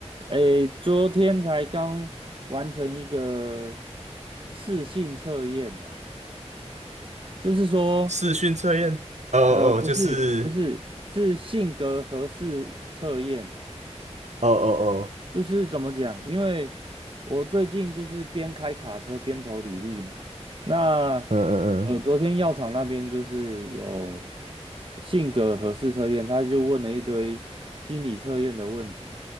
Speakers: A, on the right (about 50°); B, on the right (about 85°).
A: 诶，昨天才刚完成一个试性测验呢、就是说，
B: 视讯测验？哦哦，
A: 呃，不是不是，
B: 哦就是，
A: 是性格合适测验，
B: 哦哦哦，
A: 就是怎么讲？因为我最近就是边开卡车边投履历嘛。那
B: 嗯嗯嗯，
A: 呃，昨天药厂那边就是有性格核试测验，他就问了一堆心理测验的问题